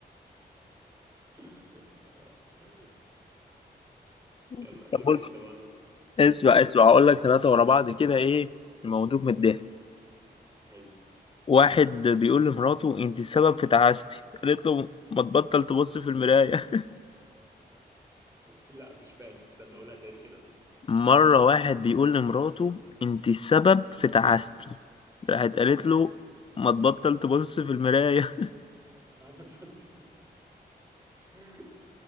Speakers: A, on the right; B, on the left.
A: <laughs> يلا
B: طب
A: قول
B: بص
A: لي أنت بقى نكتة
B: اسمع
A: قول
B: اسمع هقول لك ثلاثه ورا بعض كده ايه الموضوع متضايق
A: حلو
B: واحد بيقول لمراته انت السبب في تعاستي قالت له ما تبطل تبص في المراية
A: لا مش فاهم استنى أقولها تاني كده
B: <laughs> مرة واحد بيقول لمراته انت السبب في تعاستي راحت قالت
A: تمام
B: له ما تبطل تبص في المراية
A: انا بتفضل <laughs>